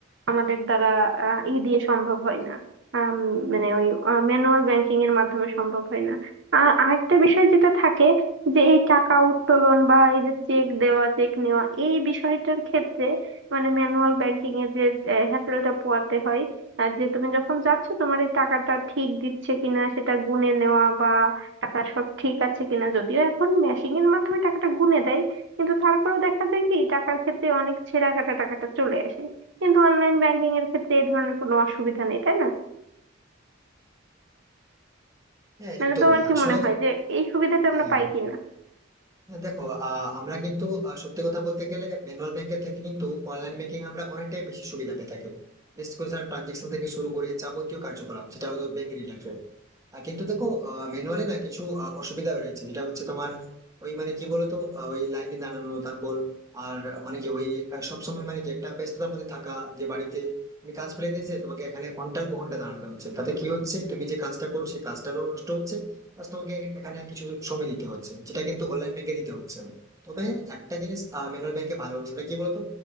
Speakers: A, on the right (about 65°); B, on the right (about 15°).
A: আমাদের দ্বারা আহ, ই দিয়ে সম্ভব হয় না আম, মানে ওই ম্যানুয়াল ব্যাংকিং এর মাধ্যমে সম্ভব হয় না আর আরেকটা বিষয় যেটা থাকে যে এই টাকা উত্তোলন বা এই যে চেক দেওয়া চেক নেওয়া এই বিষয়টার ক্ষেত্রে মানে ম্যানুয়াল ব্যাংকিং এর যে হ্যাসেলটা পোয়াতে হয় আর যে তুমি যখন যাচ্ছ তোমার এই টাকাটা ঠিক দিচ্ছে কিনা সেটা গুনে নেওয়া বা টাকা সব ঠিক আছে কিনা যদিও এখন মেশিনের মাধ্যমে টাকাটা গুনে দেয় কিন্তু তারপরেও দেখা যায় কি টাকার ক্ষেত্রে অনেক ছেঁড়া কাটা টাকাটা চলে আসে কিন্তু অনলাইন ব্যাংকিং এর ক্ষেত্রে এই ধরনের কোনো অসুবিধা নেই তাই না
B: হ্যাঁ
A: মানে
B: একদমই
A: তোমার কি
B: আসলে
A: মনে হয় যে এই সুবিধাটা আমরা
B: হ্যাঁ
A: পাই কিনা
B: দেখো আহ, আমরা কিন্তু আহ, সত্যি কথা বলতে গেলে ম্যানুয়াল ব্যাংকের থেকে কিন্তু অনলাইন ব্যাংকিং আমরা অনেকটাই বেশি সুবিধা পেয়ে থাকি বিশেষ করে ট্রানজেকশন থেকে শুরু করে যাবতীয় কার্যকলাপ যেটা হয়তো ব্যাংক রিলেটেড আহ, কিন্তু দেখো ম্যানুয়ালি না কিছু আহ, অসুবিধা রয়েছে যেটা হচ্ছে তোমার ওই মানে কি বলতো আহ, ওই লাইনে দাঁড়ানো তারপর আর মানে কি ওই আহ, সবসময় মানে কি একটা ব্যস্ততার মধ্যে থাকা যে বাড়িতে তুমি কাজ ফেলে দিয়েছে তোমাকে এখানে ঘন্টার পর ঘন্টা দাঁড়াতে হচ্ছে তাতে কি হচ্ছে তুমি যে কাজটা করো সেই কাজটারও নষ্ট হচ্ছে বাস তোমাকে এখানে কিছু সময় দিতে হচ্ছে যেটা কিন্তু অনলাইন ব্যাংকে দিতে হচ্ছে না। তবে হ্যাঁ, একটা জিনিস ম্যানুয়াল ব্যাংকে ভালো সেটা কি বলতো